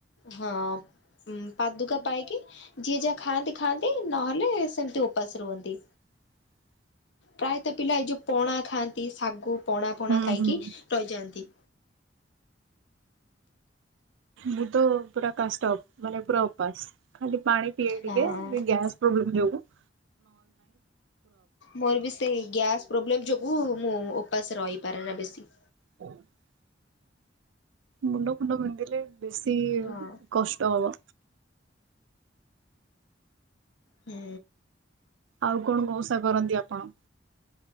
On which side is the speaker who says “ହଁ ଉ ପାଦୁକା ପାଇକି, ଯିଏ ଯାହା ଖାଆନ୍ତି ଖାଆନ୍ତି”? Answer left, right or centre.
Left